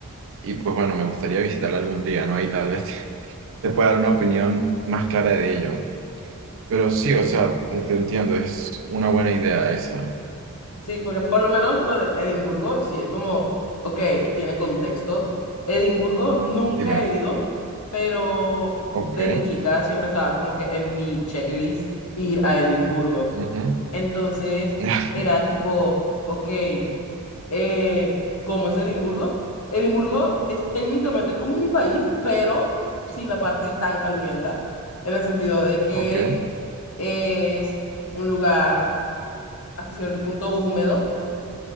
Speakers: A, on the right (about 60°); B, on the left (about 80°).
A: y pues bueno, me gustaría visitarla algún día, ¿no? Ahí tal vez <laughs> te pueda dar una opinión más clara de ello. Pero sí,
B: Sí.
A: o sea, eh, te entiendo, es una buena idea esa.
B: Sí, porque por lo menos lo de Edimburgo, sí, es como, ok, tiene contexto. Edimburgo nunca
A: Dime.
B: he ido, pero desde
A: Ok.
B: chica siempre estaba como que en mi checklist ir a Edimburgo.
A: ujú,
B: Entonces
A: <laughs>
B: era tipo, ok, eh, ¿cómo es Edimburgo? Edimburgo es técnicamente como mi país, pero sin la parte tan calurienta, en el sentido de que
A: Ok.
B: es un lugar hasta cierto punto húmedo